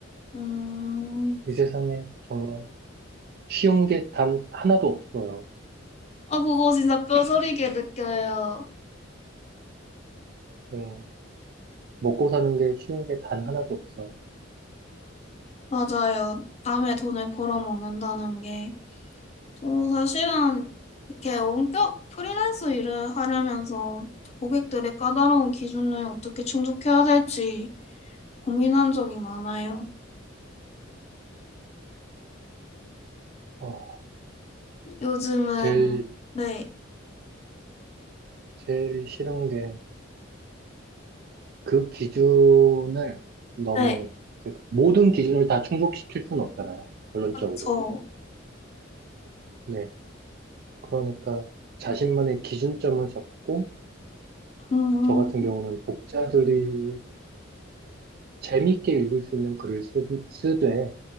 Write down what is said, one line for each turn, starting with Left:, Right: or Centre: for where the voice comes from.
Left: 음,
Right: 이 세상에 정말 쉬운 게 단 하나도 없어요.
Left: 아, 그거 진짜 뼈저리게 <laughs> 느껴요.
Right: 예. 먹고 사는 게 쉬운 게 단 하나도 없어요.
Left: 맞아요. 남의 돈을 벌어먹는다는 게. 저도 사실은 이렇게 원격 프리랜서 일을 하려면서 고객들의 까다로운 기준을 어떻게 충족해야 될지 고민한 적이 많아요.
Right: 어,
Left: 요즘은,
Right: 제일
Left: 네,
Right: 제일 싫은 게 그 기준을 너무
Left: 네.
Right: 그러니까 모든 기준을 다 충족시킬 수는 없잖아요. 결론적으로.
Left: 그렇죠.
Right: 네. 그러니까 자신만의 기준점을 잡고
Left: 음,
Right: 저 같은 경우는 독자들이 재밌게 읽을 수 있는 글을 쓰, 쓰되